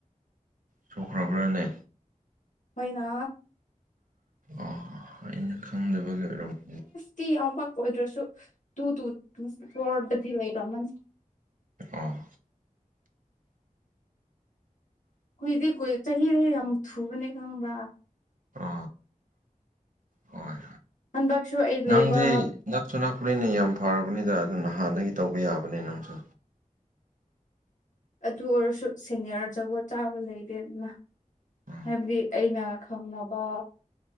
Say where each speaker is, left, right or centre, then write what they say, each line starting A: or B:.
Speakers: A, on the right; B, on the left.
A: ꯁꯨꯈ꯭ꯔꯥꯕ꯭ꯔꯥ ꯅꯦ
B: ꯍꯣꯏꯅ
A: ꯑꯣ ꯑꯩꯅ ꯈꯪꯗꯕꯒꯤ ꯑꯣꯏꯔꯝꯅꯤ
B: ꯇꯤ ꯌꯥꯎꯃꯛ ꯑꯣꯏꯗ꯭ꯔꯁꯨ ꯇꯨ ꯇꯨ ꯇꯨ ꯐꯣꯔꯗꯗꯤ ꯂꯩꯔꯝꯃꯅꯤ
A: ꯑꯣ
B: ꯀꯨꯏꯗꯦ ꯀꯨꯏ ꯆꯍꯤꯗꯦ ꯌꯥꯝ ꯊꯨꯕꯅꯦ ꯈꯪꯕ꯭ꯔꯥ
A: ꯑ ꯍꯣꯏ
B: ꯍꯟꯗꯛꯁꯨ ꯑꯩ
A: ꯅꯪꯗꯤ
B: ꯂꯩꯕ
A: ꯅꯛꯁꯨ ꯅꯛꯄꯅꯤꯅ ꯌꯥꯝ ꯐꯔꯕꯅꯤꯗ ꯑꯗꯨꯅ ꯍꯥꯟꯅꯗꯒꯤ ꯇꯧꯕ ꯌꯥꯕꯅꯦ ꯅꯪꯁꯨ
B: ꯑꯗꯨ ꯑꯣꯏꯔꯁꯨ ꯁꯦꯅꯤꯌꯔ ꯖꯒꯣꯠ ꯆꯥꯕ ꯂꯩꯇꯦꯗꯅ
A: ꯎꯝ
B: ꯍꯥꯏꯕꯗꯤ ꯑꯩꯅ ꯈꯪꯅꯕ